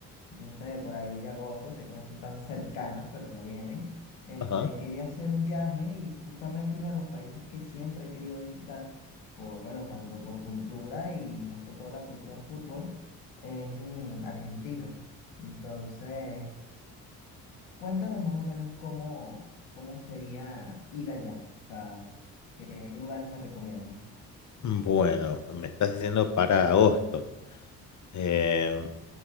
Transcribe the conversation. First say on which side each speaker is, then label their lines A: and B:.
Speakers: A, on the left; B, on the left.
A: no sé, por ahí de agosto, sé que no son tan cercanas, pero ya vienen. Este,
B: ajá.
A: quería hacer un viaje y justamente uno de los países que siempre he querido visitar, por, bueno, tanto por cultura y más que todo la cultura de fútbol, es mm, Argentina. Entonces. Cuéntame más o menos cómo, cómo sería ir allá, o sea, qué lugares me recomiendas.
B: Mm, Bueno, me estás diciendo para agosto. Eh,